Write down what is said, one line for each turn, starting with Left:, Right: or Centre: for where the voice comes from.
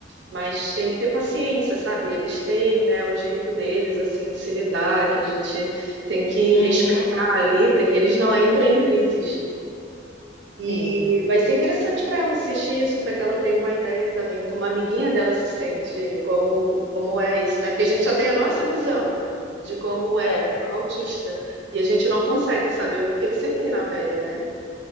Right: Mas tem que ter paciência, sabe? Eles têm, né, o jeito deles, assim, de se lidar, que a gente tem que
Left: uhum,
Right: respeitar ali para que eles não
Left: diferente.
Right: entrem em crises. E
Left: Sim,
Right: vai ser interessante para ela assistir isso, para que ela tenha uma ideia também, como a amiguinha dela se sente, como, como é isso, né? Porque a gente só tem a nossa visão de como é
Left: certo,
Right: um autista, e a gente não consegue saber o que que eles sentem na pele, né?